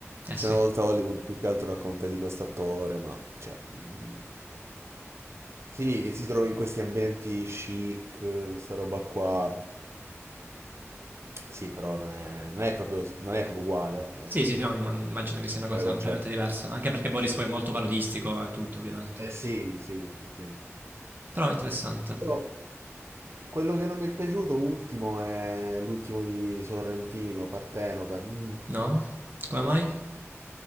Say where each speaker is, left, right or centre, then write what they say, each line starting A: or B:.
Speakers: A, on the right; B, on the right.
A: Eh
B: C'è
A: sì.
B: una volta Hollywood più che altro racconta di questo attore, ma cioè, mm, sì, che si trova in questi ambienti chic, questa roba qua. Sì, però non è, non è proprio, non è proprio uguale, ecco,
A: Sì, sì, no, imma- immagino che sia una cosa
B: come concetto.
A: completamente diversa, anche perché Boris poi è molto parodistico e tutto, ovviamente.
B: Eh sì, sì, sì, sì.
A: Però è interessante.
B: Io- quello che non mi è piaciuto ultimo è l'ultimo di Sorrentino, Partenope, mm,
A: No? Come mai?